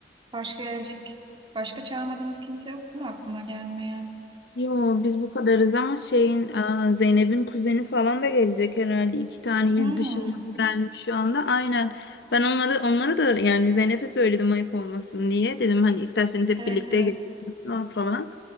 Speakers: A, on the right; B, on the left.
A: Başka gelecek, başka çağırmadığımız kimse yok mu aklıma gelmeyen?
B: Yo biz bu kadarız ama şeyin e, Zeynep'in kuzeni falan da gelecek herhalde. İki tane
A: Hmm,
B: il dışından gelmiş şu anda. Aynen. Ben onları onları da yani Zeynep'e söyledim ayıp olmasın diye. Dedim hani isterseniz hep
A: evet
B: birlikte
A: evet.
B: gelin <laughs> falan.